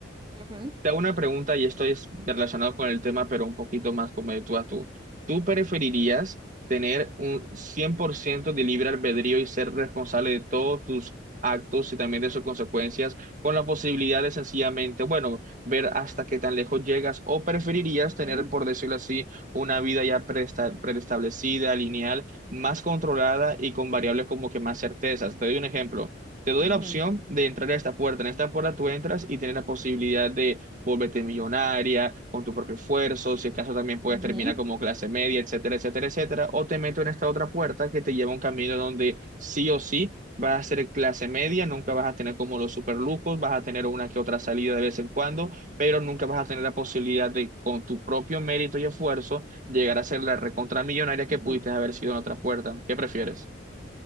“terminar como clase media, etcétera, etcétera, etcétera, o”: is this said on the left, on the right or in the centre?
Right